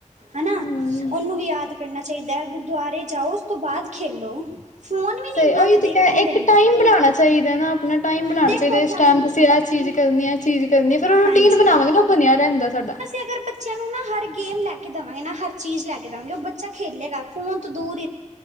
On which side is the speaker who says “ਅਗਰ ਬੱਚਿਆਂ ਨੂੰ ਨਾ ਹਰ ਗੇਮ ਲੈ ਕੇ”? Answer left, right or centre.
Right